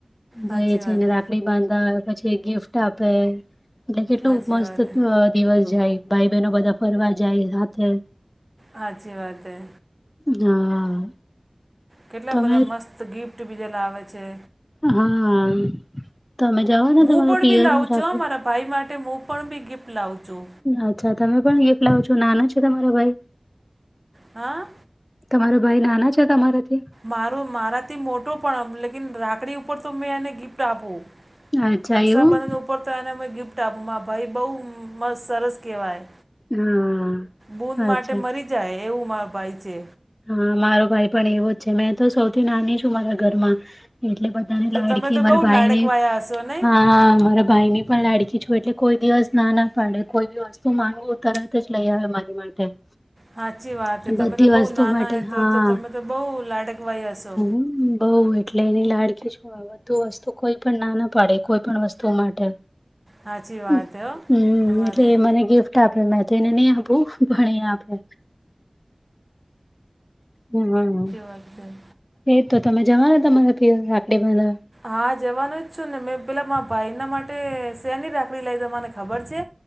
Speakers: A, on the left; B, on the right.
A: જોઈએ
B: હાચી
A: છે
B: વાત
A: એને રાકડી બાંધા હો પછી ગિફ્ટ આપે. એટલે કેટલું
B: હાચી
A: મસ્ત
B: વાત
A: અ
B: હે
A: દિવસ જાય ભાઈ બહેનો બધા ફરવા જાય હાથે.
B: હાછી વાત હૈ.
A: હા.
B: કેટલા
A: તમે
B: બધા મસ્ત ગિફ્ટ બીજા લાવેે છે.
A: હા તમે જવાના
B: હું
A: તમારા
B: પણ
A: પિયરયા
B: બી લાવું
A: સાથે.
B: છું હો મારા ભાઈ માટે મું પણ બી ગિફ્ટ લાવું છું.
A: અચ્છા તમે પણ એક લાવો છો નાના છે તમારા ભાઈ.
B: હા.
A: તમારો ભાઈ નાનો છે તમારાથી.
B: મારું મારાથી મોટું પણ લેકિન રાખડી ઉપર તો મેં એને ગિફ્ટ આપું.
A: અચ્છા
B: રક્ષાબંધન
A: એવું
B: ઉપર તો એને અમે ગિફ્ટ આપું મા ભાઈ બહુ મ સરસ કહેવાય.
A: હા
B: બૂન
A: અચ્છા
B: માટે મરી જાય એવું માર ભાઈ છે.
A: હા મારો ભાઈ પણ એવો છે મેં તો સૌથી નાની છું મારા ઘરમાં. એટલે બધાને
B: તો
A: લાડકી
B: તમે તો
A: મારા
B: બહુ
A: ભાઈ
B: લાડકવાયા
A: ને
B: હશો નહીં
A: હા મારા ભાઈને. પણ લાડકી છું એટલે કોઈ દિવસ ના ના પાડે કોઈ બી વસ્તુ માંગવું તરત જ લઈ આવે મારી માટે.
B: હાચી વાત હે
A: બધી
B: તમે તો
A: વસ્તુ
B: બહુ નાના
A: માટે
B: હે તો
A: હા
B: તો તમે તો બહુ લાડકવાય હશો.
A: હમ બઉ એટલે એની લાડકી છું આ બધું વસ્તુ કોઈ પણ નાના પાડે કોઈ પણ વસ્તુ માટે
B: સાચી
A: હમ
B: વાત હો તમારી
A: એટલે એ મને ગિફ્ટ તો આપડે મે તેને નહી આપુ પણ એ આપે. હમ ના ના.
B: કથઈ
A: એ તો તમે જવાનું તમારે પિયર રાખડી બંધાવા.
B: હા જવાનું જ છું ને મેં પેલા મા ભાઈના માટે શેની રાખડી લઈ ત મને ખબર છે.